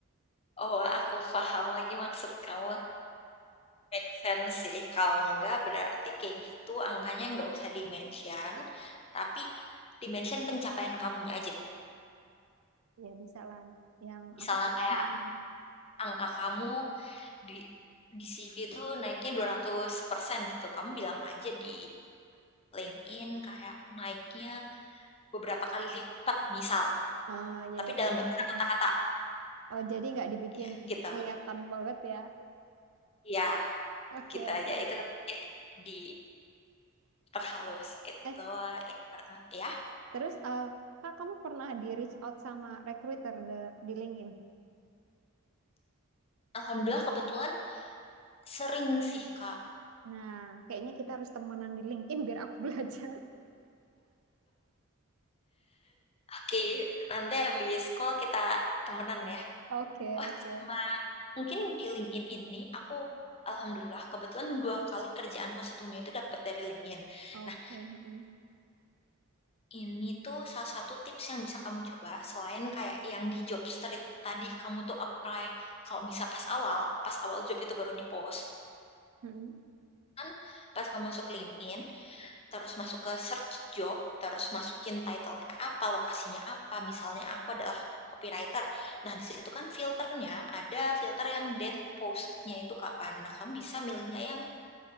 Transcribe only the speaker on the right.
Ya bisa lah. Yang
apa? <laughs>
Mm-mm.
Oh ya
ya.
di- <laughs>
mm-mm.
Oh jadi nggak dibikin
kelihatan banget ya.
Oke
oke.
eh
Terus, eh Kak, kamu pernah di reach out sama recruiter de- di LinkedIn?
Nah, kayaknya kita harus temenan di LinkedIn biar aku <laughs> belajar.
Oke,
oke,
oke.
mm-mm,
mm-mm.